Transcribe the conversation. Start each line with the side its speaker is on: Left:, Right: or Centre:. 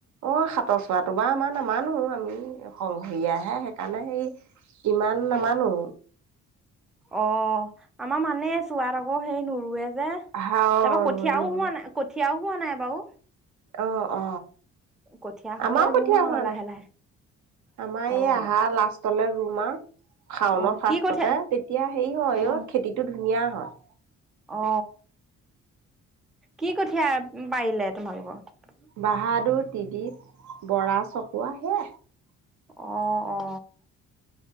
Right: অ সাতৰ চোৱাটো বাাৰ আমাৰ নামানো আমি সংঘৰীয়াহে সেইকাৰণে সেই ইমান নামানো
Centre: অ আমাৰ মানে চোৱাত আকৌ সেই নৰুৱে, যে
Right: আহা অ
Centre: তাৰপা কঠীয়াও
Right: ৰুৱে নহয়
Centre: হোৱা নাই কঠিয়ও হোৱা নাই বাৰু
Right: অ অ
Centre: কঠীয়া হ'লে
Right: আমাৰও কঠীয়া
Centre: ৰুম আৰু
Right: হোৱা
Centre: লাহে
Right: নাই
Centre: লাহে।
Right: আমাৰ
Centre: অ',
Right: এই আহা লাষ্টলৈ ৰুম আৰু খাও
Centre: অ',
Right: ন ফাৰ্ষ্টতে
Centre: কি কঠীয়া
Right: তেতিয়া হেৰি হয়
Centre: অ',
Right: খেতিটো ধুনীয়া হয়
Centre: অ কি কঠীয়া পাৰিলে তোমালোকৰ।
Right: বাহাদুৰ টিদপ বৰা চকোৱা সে
Centre: অ অ অ,